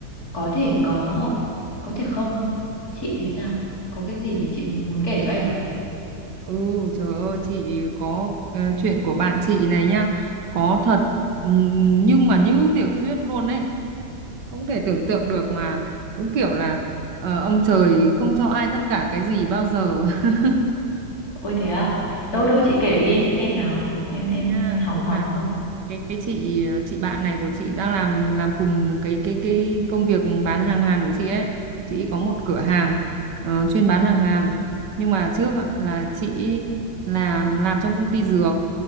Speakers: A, on the left (about 60°); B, on the right (about 85°).
A: có thể có hoặc có thể không. Chị thì sao? Có cái gì chị muốn kể cho em à?
B: Ừ, trời ơi, chị có ờ, chuyện của bạn chị này nhá, có thật ừ, nhưng mà như tiểu thuyết luôn ấy, không thể tưởng tượng được mà đúng kiểu là ờ, ông trời không cho ai tất cả cái gì bao giờ. <laughs>
A: Ôi thế á?
B: Ừ,
A: Đâu đâu chị kể đi em xem nào. Em em
B: nha,
A: hóng
B: tức
A: hóng
B: là
A: với.
B: cái cái chị ờ, chị bạn này của chị đang làm làm cùng cái cái cái công việc bán hàng Hàn của chị ấy chị có một cửa hàng ờ, chuyên bán hàng Hàn nhưng mà trước á, là chị làm làm trong công ty dược